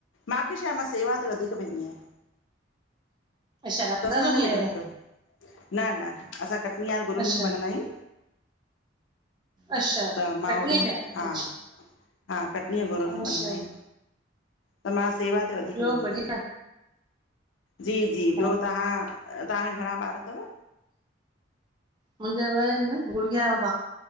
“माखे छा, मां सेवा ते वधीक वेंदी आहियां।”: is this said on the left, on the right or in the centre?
Left